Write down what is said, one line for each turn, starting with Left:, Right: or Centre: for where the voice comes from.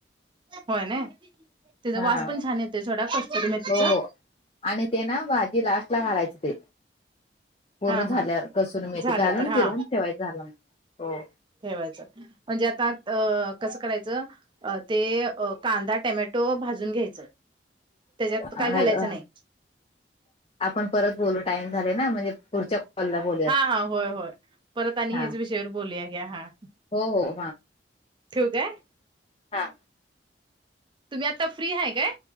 Right: होय ना तचा
Left: हा
Right: वास पण छान येते ोडा कसत तु म तिचा.
Left: हो हो आणि ते ना भाजी लास्ट ला घालायचे ते. पूर्ण
Right: हा
Left: झाल्यावर
Right: हा
Left: कसून मती
Right: झालं
Left: घालून
Right: तर हा
Left: फिरवून ठेवाय झालं मग हो.
Right: ठेवायचं म्हणजे आता कसं करायचं. अ ते कांदा टमॅटो भाजून घ्यायचं.
Left: <unintelligible>
Right: त्याच्यात
Left: हॅलो
Right: काय घालायचं नाही
Left: आपण परत बोलू टाइम झाले ना म्हणजे पुढच्या कॉलला बोलूयात
Right: हा हा होय होय परत आणि
Left: हा
Right: हेच विषयावर बोलूया घ्या हा.
Left: हो हो
Right: ठेू काय.
Left: हां.
Right: तुम्ही आता फ्री आहे काय.